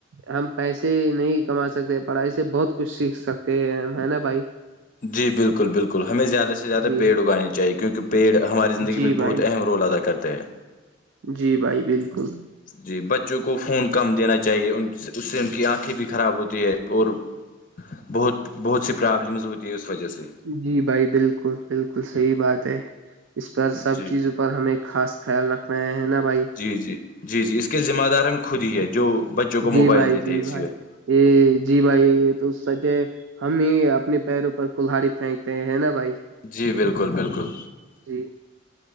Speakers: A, on the right; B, on the left.
A: ہم پیسے نہیں کما سکتے پڑھائی سے بہت کچھ سیکھ سکتے ہیں ہے نا بھائی
B: جی بالکل بالکل ہمیں زیادہ سے زیادہ
A: جی
B: پیڑ اگانے چاہیے کیونکہ پیڑ ہماری زندگی
A: جی
B: میں
A: بھائی
B: بہت اہم رول ادا کرتے ہیں
A: جی بھائی بالکل
B: جی بچوں کو فون کم دینا چاہیے ان سے اس سے ان کی آنکھیں بھی خراب ہوتی ہے اور بہت بہت سی پرابلمز ہوتی ہے اس وجہ سے
A: جی بھائی بالکل بالکل صحیح بات ہے اس پر سب
B: جی
A: چیزوں پر ہمیں خاص خیال رکھناے ہے نا بھائی
B: جی جی جی جی اس کے ذمہ دار ہم خود ہی ہے جو بچوں کو
A: جی
B: موبائل
A: بھائی
B: دیتے
A: جی
B: ہیں اسی
A: بھائی
B: وقت
A: یہ جی بھائی یہ تو سچ ہے ہم ہی اپنے پیروں پر کلہڑی پھینکتے ہیں نا بھائی
B: جی بالکل بالکل
A: جی